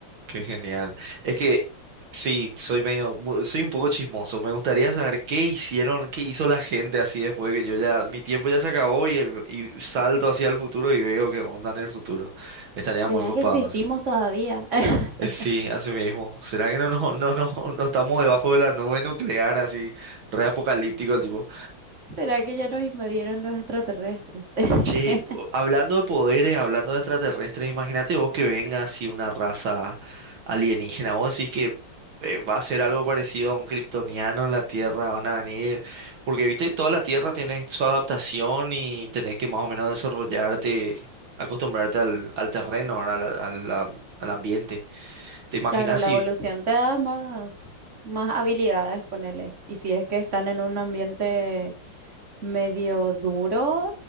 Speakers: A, on the right; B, on the right.
A: Qué genial. Es que sí, soy medio, mu- soy un poco chismoso. Me gustaría saber qué hicieron, qué hizo la gente así después de que yo ya, mi tiempo ya se acabó y, y salto hacia el futuro y veo qué onda en el futuro. Estaría
B: ¿Será
A: muy copados.
B: que existimos todavía? <laughs>
A: Eh, Sí, así mismo. ¿Será que no, no, no, no, no estamos debajo de la nube nuclear así, re apocalíptico el tipo?
B: ¿Será que ya nos invadieron los extraterrestres? <laughs>
A: Che, o- hablando de poderes, hablando de extraterrestres, imagínate vos que venga así una raza alienígena. Vos decís que eh, va a ser algo parecido a un kryptoniano en la Tierra, van a venir. Porque, viste, toda la Tierra tiene su adaptación y tenés que más o menos desarrollarte, acostumbrarte al, al terreno, ¿verdad? Al, al- al- al ambiente. ¿Te imaginas
B: Claro, la
A: si,
B: evolución te da más, más habilidades, ponele. Y si es que están en un ambiente medio duro,